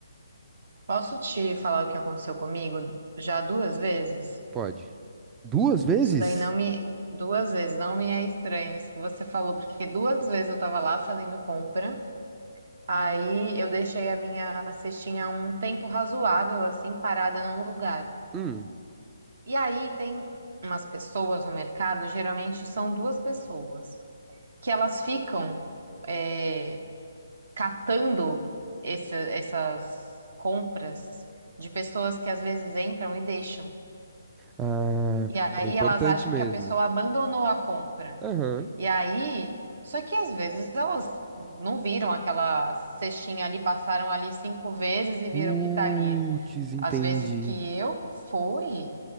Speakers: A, on the right; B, on the right.
A: Posso te falar o que aconteceu comigo já duas vezes?
B: Pode. Duas vezes?
A: Isso daí não me. Duas vezes, não me é estranho isso que você falou, porque duas vezes eu tava lá fazendo compra, aí eu deixei a minha cestinha um tempo razoável, assim, parada num lugar.
B: Hum.
A: E aí tem umas pessoas no mercado, geralmente são duas pessoas, que elas ficam é, catando essa- essas compras de pessoas que às vezes entram e deixam.
B: Ah,
A: E aí
B: é importante
A: elas acham
B: mesmo.
A: que a pessoa abandonou a compra.
B: Aham.
A: E aí, só que às vezes elas não viram aquela cestinha ali, passaram ali cinco vezes e
B: Putz,
A: viram que tá ali.
B: entendi.
A: Às vezes que eu fui,